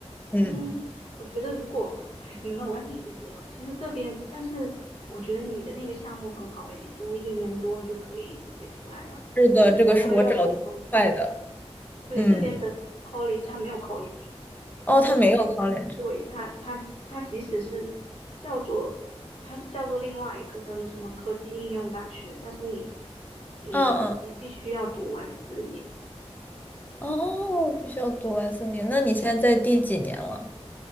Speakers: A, on the left; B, on the left.
A: 嗯，
B: 嗯，我觉得如果，哎，难道我要一直读吗？其实这边，但是我觉得你的那个项目很好诶，你读一年多，你就可以直接出来了。
A: 是的，
B: 这边的话又要从头读起。
A: 这个是我找的最快的。
B: 对，
A: 嗯，
B: 这边的 college 它没有 college，它就是对它它它即使是叫做它是叫做另外一个叫做什么科技应用大学，
A: 哦，他没有 college。
B: 但是你嗯也必须要读完四年。
A: 嗯嗯，哦，必须要读完四年。那你现在在第几年了？